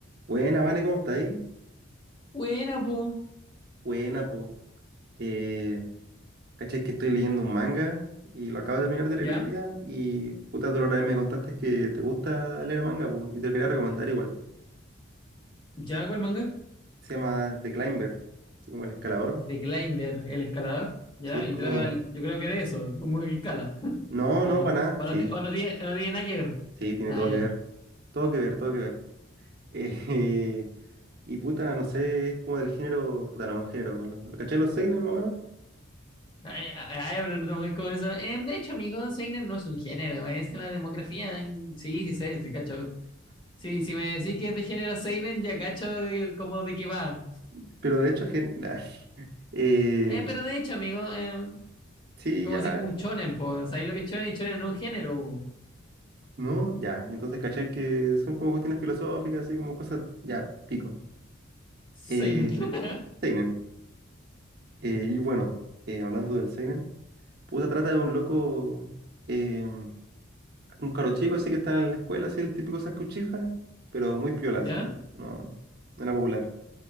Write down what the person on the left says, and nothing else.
Buena, po.
¿Ya?
¿Ya cuál manga?
De Climber, el escalador. ¿Ya?
Y
trata, del- yo creo que de eso, de un weón que escala,
¿o
no?
¿O no,
ti- o no tiene, no tiene nada que ver?
Ah,
ya.
Ah, ya, ah, ya, pero no tengo que ver con eso. Em, de hecho, amigo, Seinen no es un género, es en la demografía. Mm, Sí, sí sé, sí cacho. Sí, si me decís que es de género Seinen, ya cacho de- como de qué va.
Eh, pero de hecho, amigo, eh,
como
así un shonen, pues, ¿sabéis lo que es shonen? Shonen no es un género. po.
Seinen.
<laughs>
¿Ya?